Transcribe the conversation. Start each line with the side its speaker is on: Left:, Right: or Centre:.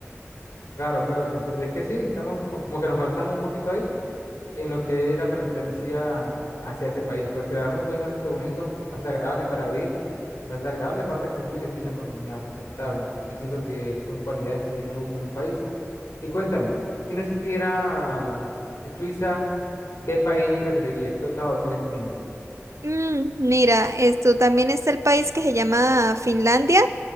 Left: Claro, claro, se entiende. Es que sí, estamos co- como que nos conectamos un poquito ahí en lo que es la preferencia hacia ese país, porque la verdad es un país bastante bonito, bastante agradable para vivir, bastante agradable, aparte como tú dices, tiene una economía bastante estable y siento que son cualidades que uno busca en un país. Y cuéntame, si no existiera Suiza, ¿qué país preferirías? ¿Qué otras opciones tienes?
Right: Mm, mira, esto también está el país que se llama Finlandia.